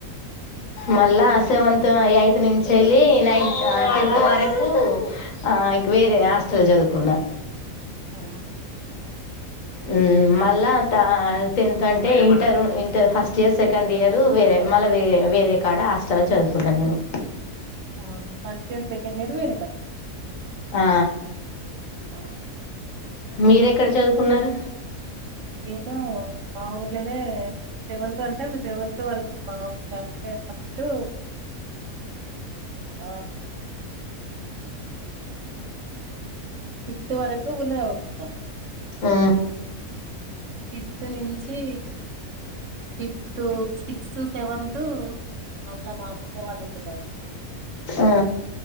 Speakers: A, on the left (about 65°); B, on the right (about 65°).
A: మళ్ళా సెవెంత్ ఎయిత్ నుంచి వెళ్ళి నైన్త్ టెన్త్ వరకు ఆ ఇక వేరే హాస్టల్ చదువుకున్నా
B: ఆ
A: ఉ మళ్ళా ఆ తింతంట అంటే inter inter first year second year వేరే మల్ల వేరే కాడ హాస్టల్లో చదువుకున్నా నేను
B: ఆ ఫస్ట్ ఇయర్ సెకండ్ ఇయర్ వెనకన
A: ఆ
B: ఆ
A: మీరు ఎక్కడ చదువుకున్నారు
B: నేను మా ఊర్ళనే సెవెంత్ అంటే సెవెంత్ వరకు మా ఊర్ళ అంటే ఫస్ట్ ఆ ఇ త్ వరకు ఊళ్లో చదువుకున్న
A: ఆ
B: ఫిఫ్త్ నుంచి ఫిఫ్త్, సిక్స్త్, సెవెన్త్ మళ్ళా మా అమ్మగా వాళ్ళు ఉందిగా
A: ఆ